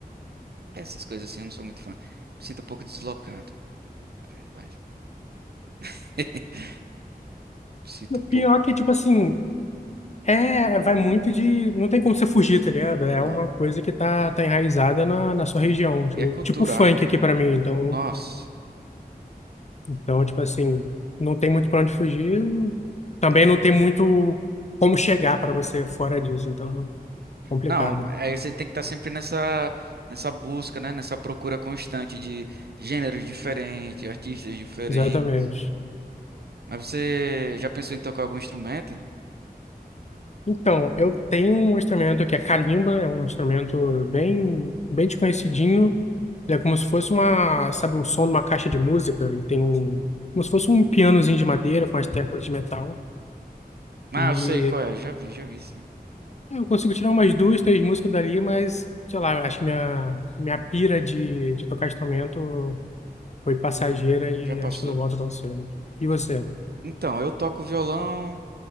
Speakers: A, on the right; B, on the left.
A: essas coisas assim. Eu não sou muito fã. Me sinto um pouco deslocado, na verdade. <laughs> Sinto
B: O
A: um
B: Pior
A: pouco.
B: é que, tipo assim,
A: Hum.
B: É, vai muito de. Não tem como você fugir, tá ligado? É
A: Não.
B: uma coisa que tá, tá enraizada na, na sua
A: Sim.
B: região. Tipo,
A: E é cultural.
B: tipo funk aqui pra mim. Então,
A: Nossa.
B: então, tipo assim, não tem muito pra onde fugir. Também
A: Não,
B: não tem muito como chegar pra você fora disso. Então, complicado.
A: não, aí você tem que estar sempre nessa, nessa busca, né? Nessa procura constante de gêneros diferentes, artistas diferentes.
B: Exatamente.
A: Mas você já pensou em tocar algum instrumento?
B: Então, eu tenho um instrumento que é calimba, é um instrumento bem, bem desconhecidinho. Ele é como se fosse uma, sabe, o som de uma caixa de música. Ele tem um. Como se fosse um pianozinho de madeira com as teclas de metal.
A: Ah,
B: E
A: eu sei qual é. Já vi, já vi, sim.
B: eu consigo tirar umas duas, três músicas dali, mas, sei lá, eu acho que minha, minha pira de, de tocar instrumento foi passageira e
A: Já passou.
B: acho que não volta tão cedo. E você?
A: Então, eu toco violão.